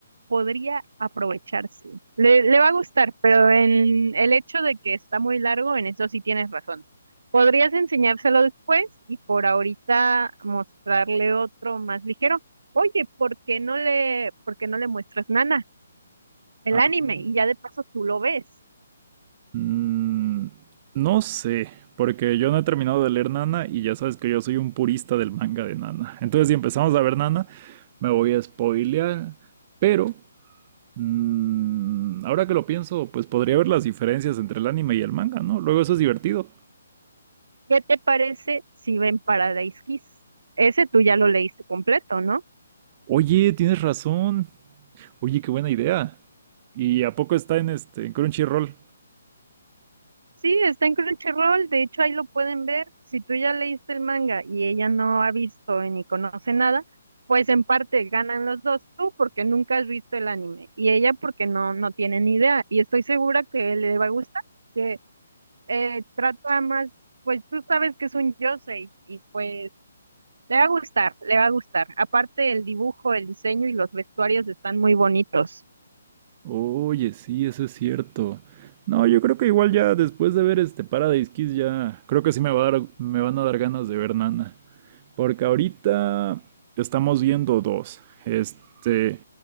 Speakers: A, on the right (about 75°); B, on the right (about 35°).
A: podría aprovecharse. Le, le va a gustar, pero en el hecho de que está muy largo, en eso sí tienes razón. Podrías enseñárselo después y por ahorita mostrarle otro más ligero. Oye, ¿por qué no le, por qué no le muestras Nana, el
B: Ajá.
A: anime? Y ya de paso tú lo ves.
B: Mm, no sé, porque yo no he terminado de leer Nana y ya sabes que yo soy un purista del manga de Nana. Entonces, si empezamos a ver Nana, me voy a spoilear. Pero, mm, ahora que lo pienso, pues podría ver las diferencias entre el anime y el manga, ¿no? Luego eso es divertido.
A: ¿Qué te parece si ven Paradise Kiss? Ese tú ya lo leíste completo, ¿no?
B: Oye, tienes razón. Oye, qué buena idea. ¿Y a poco está en este en Crunchyroll?
A: Sí, está en Crunchyroll, de hecho ahí lo pueden ver. Si tú ya leíste el manga y ella no ha visto ni conoce nada, pues en parte ganan los dos, tú porque nunca has visto el anime y ella porque no, no tiene ni idea. Y estoy segura que le va a gustar, que eh, trata más, pues tú sabes que es un yosei y pues le va a gustar, le va a gustar. Aparte el dibujo, el diseño y los vestuarios están muy bonitos.
B: Oye, sí, eso es cierto. No, yo creo que igual ya después de ver este Paradise Kiss ya creo que sí me va a dar, me van a dar ganas de ver Nana, porque ahorita estamos viendo dos. Este,